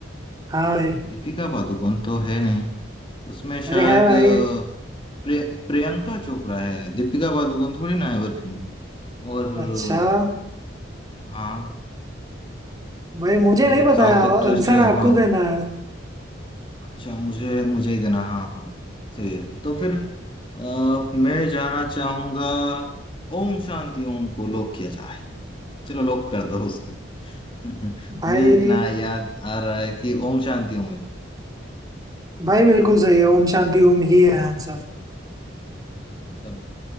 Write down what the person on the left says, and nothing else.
दीपिका पादुकोण तो है नहीं उसमें शायद
अ, प्रिय, प्रियंका चोपड़ा है दीपिका पादुकोण थोड़ी ना है बर्फी में और
अ, हाँ
और
एक
साउथ
एक्ट्रेस
है।
हाँ
अच्छा मुझे मुझे ही देना हाँ हाँ सही है तो फिर अ, मैं जाना चाहूंगा ओम शांति ओम को लॉक किया जाए चलो लॉक कर दो उसको <laughs>
मुझे जितना याद आ रहा है कि ओम शांति ओम है
मतलब